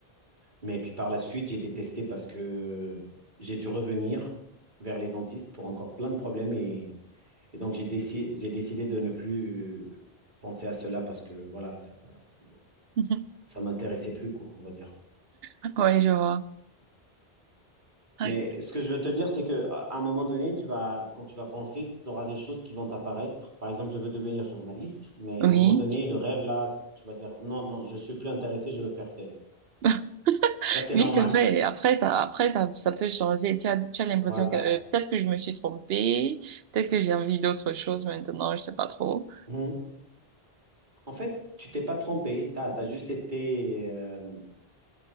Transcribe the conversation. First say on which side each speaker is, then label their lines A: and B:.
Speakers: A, on the right (about 50°); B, on the right (about 75°).
A: Mais puis par la suite, j'ai été testé parce que j'ai dû revenir vers les dentistes pour encore plein de problèmes et, et donc j'ai déci- j'ai décidé de ne plus penser à cela parce que voilà, ça, ça,
B: <laughs>
A: ça m'intéressait plus, quoi, on va dire.
B: Mhm. Ouais, je vois. Ah,
A: Mais ce que je veux te dire, c'est que à un moment donné, tu vas, quand tu vas penser, tu auras des choses qui vont t'apparaître. Par exemple, je veux devenir journaliste, mais
B: Oui.
A: à un moment donné, le rêve là, tu vas dire non, non, je suis plus intéressé, je veux faire tel.
B: <laughs>
A: Ça, c'est
B: Oui,
A: normal.
B: c'est vrai. Après, ça, après, ça, ça peut changer. Tu as, tu as l'impression
A: Voilà.
B: que euh, peut-être que je me suis trompée, peut-être que j'ai envie d'autre chose maintenant, je sais pas trop.
A: Mhm. En fait, tu t'es pas trompé, tu as, juste été, euh,